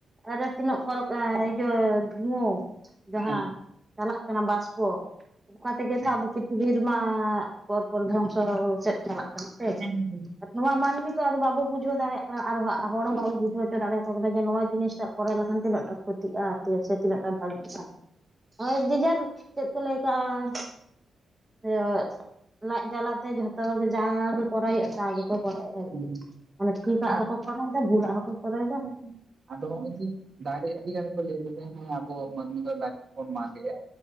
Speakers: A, on the right; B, on the right.
A: ᱟᱫᱚ ᱛᱤᱱᱟᱹᱜ ᱯᱚᱨᱮ ᱤᱭᱟᱹ ᱫᱷᱩᱶᱟᱹ ᱡᱟᱦᱟᱸ
B: ᱦᱮᱸ
A: ᱪᱟᱞᱟᱜ ᱠᱟᱱᱟ ᱵᱟᱥᱯᱚ, ᱚᱱᱠᱟ ᱛᱮᱜᱮ
B: ᱦᱮᱸ
A: ᱛᱚ ᱟᱵᱚ ᱯᱨᱤᱛᱷᱤᱵᱤ ᱨᱮᱢᱟᱻ ᱯᱚᱨ ᱯᱚᱨ ᱫᱷᱚᱝᱥᱚ ᱥᱮᱫ ᱪᱟᱞᱟᱜ ᱠᱟᱱᱟ ᱥᱮ
B: ᱦᱮᱸ ᱦᱮᱸ
A: ᱾ ᱱᱚᱣᱟ ᱢᱟᱹᱱᱢᱤ ᱠᱚ ᱟᱫᱚ ᱵᱟᱵᱚ ᱵᱩᱡᱷᱟᱹᱣ ᱫᱟᱲᱮᱭᱟᱜ ᱠᱟᱱᱟ ᱟᱨᱚ ᱦᱟᱸᱜ ᱦᱚᱲ ᱦᱚᱸ ᱵᱟᱵᱚ ᱵᱩᱡᱷᱟᱹᱣ ᱦᱚᱪᱚ ᱫᱟᱲᱮᱭᱟᱠᱚ ᱠᱟᱱᱟ ᱡᱮ, ᱱᱚᱣᱟ ᱡᱤᱱᱤᱥ ᱴᱟᱜ ᱠᱚᱨᱟᱣ ᱞᱮᱠᱷᱟᱱ ᱛᱤᱱᱟᱹᱜ ᱴᱟ ᱠᱷᱚᱛᱤᱜᱼᱟ ᱛᱮ ᱥᱮ ᱛᱤᱱᱟᱹᱜ ᱴᱟ ᱵᱷᱟᱹᱜᱤᱜᱼᱟ? ᱦᱳᱭ ᱡᱮᱡᱟᱨ ᱪᱮᱫ ᱠᱚ ᱞᱟᱹᱭ ᱠᱟᱜᱼᱟᱻ ᱡᱮ ᱞᱟᱡ ᱡᱟᱞᱟᱛᱮ ᱡᱷᱚᱛᱚ ᱜᱮ ᱡᱟ ᱜᱮ ᱠᱚᱨᱟᱣ ᱦᱩᱭᱩᱜᱼᱟ ᱛᱟ ᱜᱮᱠᱚ ᱜᱮᱠᱚ ᱠᱚᱨᱟᱣᱟ ᱟᱨᱠᱤ
B: ᱦᱮᱸ ᱦᱮᱸ
A: ᱢᱟᱱᱮ ᱴᱷᱤᱠᱟᱜ
B: ᱵᱟᱝ
A: ᱦᱚᱸᱠᱚ ᱠᱚᱨᱟᱣ ᱮᱫᱟ ᱵᱷᱩᱞᱟᱜ ᱦᱚᱸᱠᱚ ᱠᱚᱨᱟᱣᱮᱫᱟ
B: ᱦᱮᱸ ᱦᱮᱸ, ᱟᱫᱚ ᱱᱚᱜᱼᱚᱭ ᱡᱮ ᱫᱟᱨᱮ ᱟᱹᱰᱤ ᱜᱟᱱ ᱠᱚ ᱞᱟᱹᱭ <unintelligible> ᱦᱚᱸ ᱠᱚ ᱢᱟᱹᱱᱢᱤ ᱫᱚ ᱫᱟᱨᱮ ᱠᱚᱵᱚᱱ ᱢᱟᱜᱮᱜᱼᱟ,